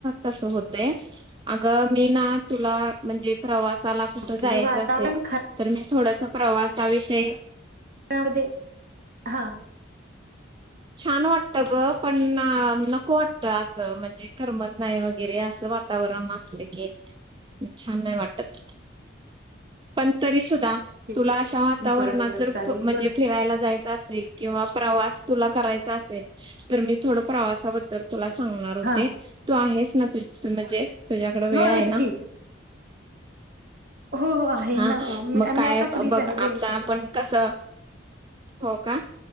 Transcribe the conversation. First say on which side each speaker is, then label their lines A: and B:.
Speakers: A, on the right; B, on the right.
A: तसं होत अग मी ना तुला म्हणजे प्रवासाला कुठं
B: ओके
A: जायचं
B: वातावरण
A: असेल तर मी थोडस प्रवासाविषयी
B: त्यामध्ये हा
A: छान वाटत गं पण नको वाटत. असं म्हणजे करमत नाही वगैरे असं वातावरण अस की छान नाही वाटत पण तरी सु द्या
B: ठीक.
A: तुला अशा वातावरणात
B: बर बर
A: जर
B: चालेल
A: म्हणजे
B: बर
A: फिरायला जायच असेल किंवा प्रवास तुला करायचा असेल तर मी थोड प्रवासाबद्दल तुला सांगणार होते
B: हा
A: तू आहेस. ना तु म्हणजे तुझ्याकडं वेळ
B: हो
A: आहे
B: नक्कीच
A: ना.
B: हो हो आहे
A: हा
B: ना अ, मी
A: मग काय
B: मी आता फ्रीच
A: बघ
B: आहे
A: आता
B: बोलू शकते
A: आपण कस, हो का